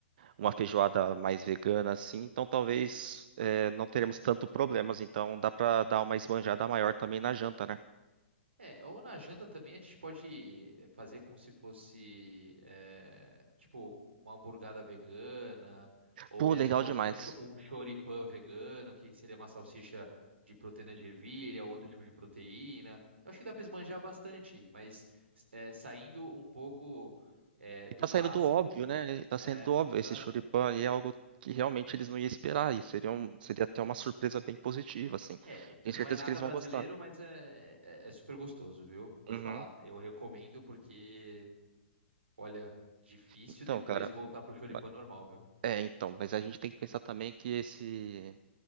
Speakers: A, on the right; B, on the right.
A: uma feijoada mais vegana assim, então talvez é, não teremos tanto problemas. Então, dá para dar uma esbanjada maior também na janta, né?
B: É, ou na janta também a gente pode eh, fazer como se fosse, eh, tipo, uma hamburgada vegana, ou
A: Pô,
B: mesmo
A: legal demais.
B: um, cho- um choripã vegano, que seria uma salsicha de proteína de ervilha, outro tipo de proteína. Eu acho que dá para esbanjar bastante, mas eh, saindo um pouco eh, do
A: E tá
B: básico.
A: saindo do óbvio, né? E Tá
B: É,
A: saindo do óbvio.
B: exato.
A: Esse Choripan aí é algo que realmente eles não iam esperar. E seria, um, seria até uma surpresa bem positiva, assim.
B: É,
A: Tenho
B: não
A: certeza
B: é nada
A: que eles vão
B: brasileiro,
A: gostar.
B: mas é, é, é super gostoso, viu? Vou
A: Uhum.
B: te falar, eu recomendo porque Olha, difícil
A: Então,
B: depois
A: cara.
B: voltar pro choripã
A: ba-
B: normal, viu?
A: É, então. Mas a gente tem que pensar também que esse,